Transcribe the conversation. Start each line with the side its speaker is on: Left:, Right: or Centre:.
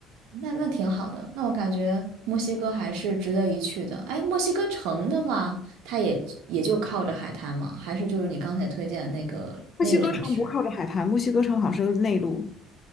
Right: 那那挺好的，那我感觉墨西哥还是值得一去的。哎，墨西哥城的话，它也也就靠着海滩嘛，还是就是你刚才推荐的那个那个城市。
Left: 墨西哥城不靠着海滩，墨西哥城好像是个内陆。